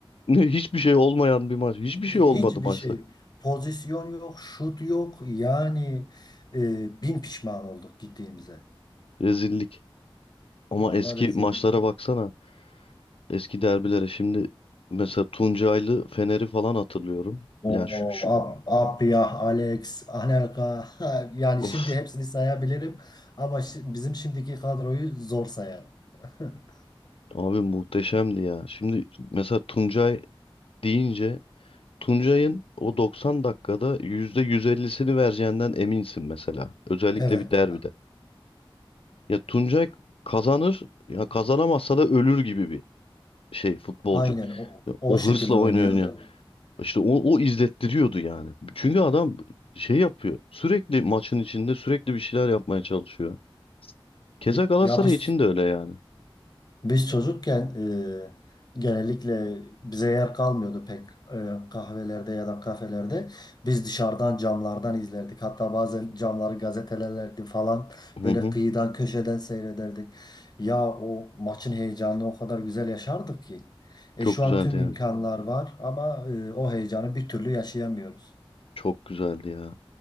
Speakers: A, on the left; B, on the left.
A: Ne, Hiçbir şey olmayan bir maç. Hiçbir
B: Hiçbir
A: şey olmadı maçta.
B: şey. Pozisyon yok, şut yok. Yani e, bin pişman olduk gittiğimize.
A: Rezillik. Ama
B: Vallahi
A: eski
B: rezil.
A: maçlara baksana. Eski derbilere şimdi mesela Tuncaylı Fener'i falan hatırlıyorum.
B: O
A: Yani şu, şu
B: Ab- Abdiyah, Alex, Anelka <laughs> yani
A: of
B: şimdi hepsini sayabilirim ama şi- bizim şimdiki kadroyu zor sayarım. <laughs>
A: abi muhteşemdi ya. Şimdi mesela Tuncay deyince Tuncay'ın o 90 dakikada %150'sini vereceğinden eminsin mesela. Özellikle
B: Evet,
A: bir derbide. Ya Tuncay kazanır ya kazanamazsa da ölür gibi bir şey futbolcu.
B: aynen o,
A: Ya
B: o
A: o
B: şekilde
A: hırsla oynuyor
B: oynuyordu.
A: oynuyor. İşte o, o izlettiriyordu yani. Çünkü adam şey yapıyor. Sürekli maçın içinde sürekli bir şeyler yapmaya çalışıyor. Keza
B: Y-
A: Galatasaray
B: Ya biz
A: için de öyle yani.
B: Biz çocukken e, genellikle bize yer kalmıyordu pek e, kahvelerde ya da kafelerde. Biz dışarıdan camlardan izlerdik. Hatta bazen camları gazetelerdi falan
A: Hı
B: böyle
A: hı.
B: kıyıdan köşeden seyrederdik. Ya o maçın heyecanını o kadar güzel yaşardık ki. E,
A: Çok
B: şu
A: güzeldi
B: an tüm
A: ya.
B: imkanlar var ama e, o heyecanı bir türlü yaşayamıyoruz.
A: Çok güzeldi ya.